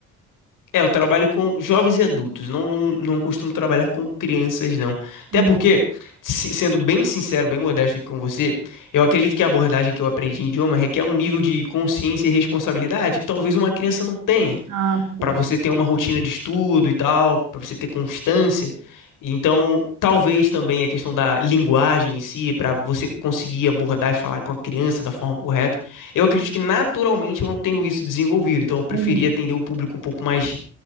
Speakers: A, on the left; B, on the right.
A: É, eu trabalho com jovens e adultos, não, não, não costumo trabalhar com crianças, não. Até
B: Uhum.
A: porque, se- sendo bem sincero, bem modesto aqui com você, eu acredito que a abordagem que eu aprendi em idioma requer um nível de consciência e responsabilidade que talvez uma criança não tenha.
B: Ah, sim.
A: para você ter uma rotina de estudo e tal, para você ter constância. Então, talvez também a questão da linguagem em si, para você conseguir abordar e falar com a criança da forma correta. Eu acredito que naturalmente eu não tenho isso desenvolvido, então eu preferia
B: Uhum.
A: atender o público um pouco mais,